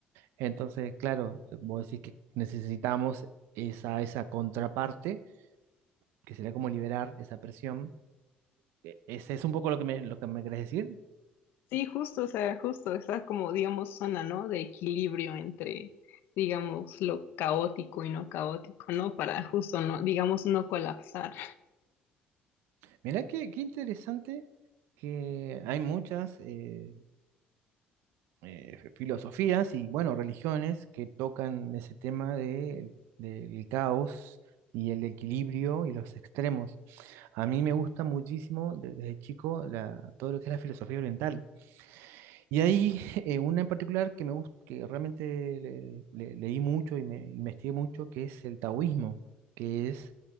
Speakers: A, on the right; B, on the left.
A: Entonces, claro, vos decís que necesitamos esa, esa contraparte, que sería como liberar esa presión. E- ¿Ese es un poco lo que me, lo que me querés decir?
B: Sí, justo, o sea, justo, está como, digamos, zona, ¿no? De equilibrio entre, digamos, lo caótico y no caótico, ¿no? Para justo, no, digamos, no colapsar.
A: Mirá qué, qué interesante que hay muchas eh, eh, filosofías y, bueno, religiones que tocan ese tema de- del caos y el equilibrio y los extremos. A mí me gusta muchísimo de- desde chico la- todo lo que es la filosofía oriental. Y hay <laughs> eh, una en particular que me gusta, que realmente le- le- leí mucho y me investigué mucho, que es el taoísmo, que es